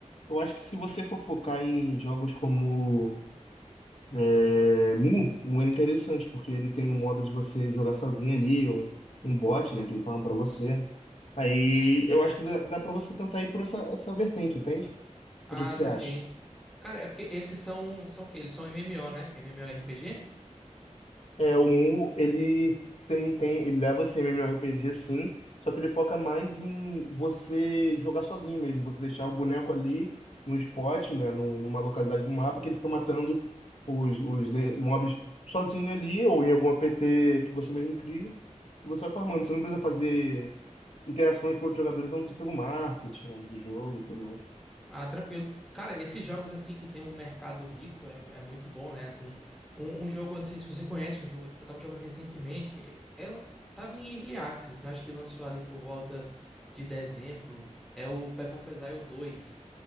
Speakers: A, on the left; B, in the centre.
A: Eu acho que se você for focar em jogos como é, Mu, Mu é interessante, porque ele tem um modo de você jogar sozinho ali, ou um bot, né, que ele fala pra você. Aí eu acho que dá, dá pra você tentar ir por essa, essa vertente, entende?
B: Ah,
A: O que que você
B: saquei.
A: acha?
B: Cara, é porque eles são, são o quê? Eles são MMO, né? MMORPG?
A: É, o Mu, ele tem, tem, ele leva esse MMORPG sim, só que ele foca mais em você jogar sozinho mesmo, você deixar o boneco ali no spot, né, num- numa localidade do mapa, que ele fica matando os, os eh, mobs sozinho ali, ou em algum APT que você mesmo cria, e você vai farmando. Você não precisa fazer interações com outros jogadores, a não ser pelo marketing, né, do jogo e tudo mais.
B: Ah, tranquilo. Cara, esses jogos assim que tem um mercado rico é, é muito bom, né? Assim, um, um jogo, eu não sei se você conhece, um jogo, eu tava jogando recentemente, ela tava em Early Access, né? Acho que lançou ali por volta de dezembro, é o Path of Exile 2.